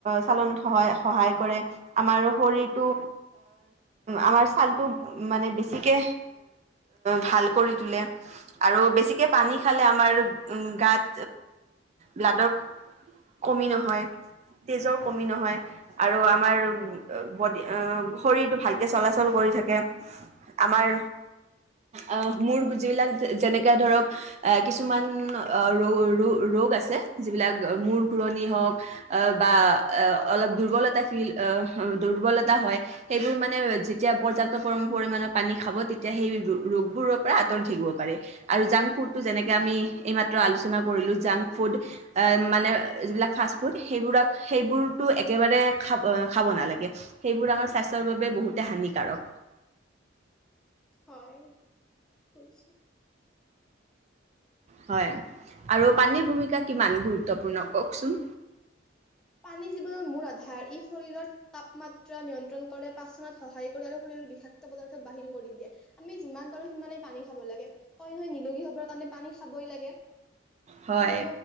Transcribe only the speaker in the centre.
হয়', বুজিছো।
পানী জীৱনৰ মূল আধাৰ ই শৰীৰৰ তাপমাত্ৰা নিয়ন্ত্ৰণ কৰে পাচনত সহায় কৰে আৰু শৰীৰৰ বিষাক্ত পদাৰ্থ বাহিৰ কৰি দিয়ে আমি যিমান পাৰো সিমানেই পানী খাব লাগে কই নহয় নিলোগী হবৰ কাৰণে পানী খাবই লাগে।
আৰু